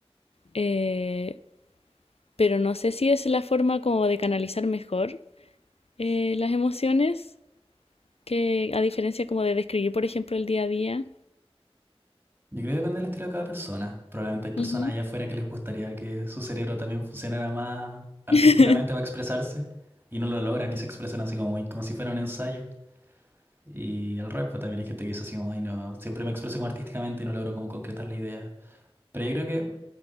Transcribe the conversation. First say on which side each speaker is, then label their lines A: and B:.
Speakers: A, on the left; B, on the right.
A: Eh, pero no sé si es la forma como de canalizar mejor eh, las emociones, que a diferencia como de describir, por ejemplo, el día a día.
B: Yo creo que depende del estilo de cada persona. Probablemente hay personas
A: Ujú.
B: allá afuera que les gustaría que su cerebro también funcionara más artísticamente
A: <laughs>
B: para expresarse y no lo logran y se expresan así como, muy, como si fuera un ensayo. Y al revés, pues también hay gente que dice así como, ay, no, siempre me expreso como artísticamente y no logro como concretar la idea. Pero yo creo que